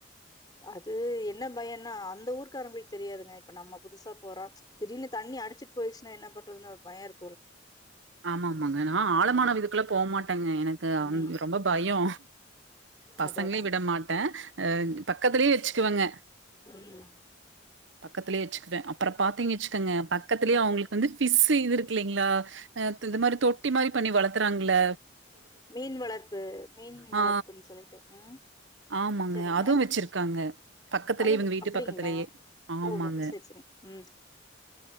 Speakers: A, on the left; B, on the right.
A: அது என்ன பயன்னா அந்த ஊர்காரங்ளுக் தெரியாதுங்க இப்ப நம்ம புதுசா போறொ திடீர்னு தண்ணி அடுச்சிட் போயிர்ச்சுனா என்ன பண் றதுன்னு ஒரு பய இரு
B: ஆமாமாங்க நா ஆழமான
A: ம்.
B: விதுக்குள்ள போமாட்டேங்க எனக்கு
A: ம்
B: அந் ரொம்ப பயொ பசங்ளை
A: அத அதா
B: விட மாட்டே அ
A: ம்
B: பக்கத்துலே வச்சுக்குவெங்க
A: ம்
B: பக்கத்துலயே வச்சுக்கவே அப்புற பாத்தீங்க வச் க்கங்க பக்கத்திலயே அவங்களுக்கு வந்து ஃபிஷ்ஷு இது இருக்கு இல்லைங்களா ஆ த் இந்த மாரி தொட்டி மாரி பண்ணி வளத்துறாங்கல்ல
A: மீன் வளர்ப்பு மீன் வளர்ப்புன்னு
B: ஆ,
A: சொல்லிட்டு உம்
B: ஆமாங்க.
A: சரிங்க
B: அதுவும் வச்சிருக்காங்க. பக்கத்துலயே
A: அது
B: இவங்க வீட்டு
A: அப்டிங்களா
B: பக்கத்துலயே. ஆமாங்க.
A: ஓ வ சரி சரி ம்